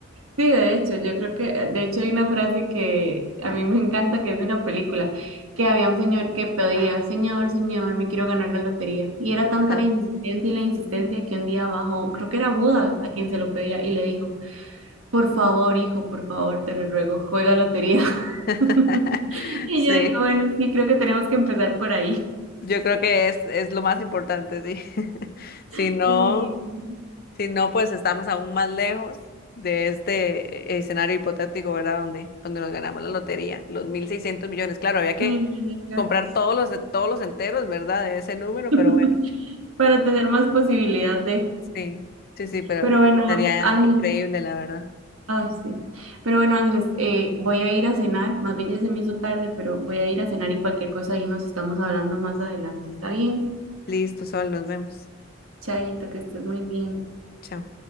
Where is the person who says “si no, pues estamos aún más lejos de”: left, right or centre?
Left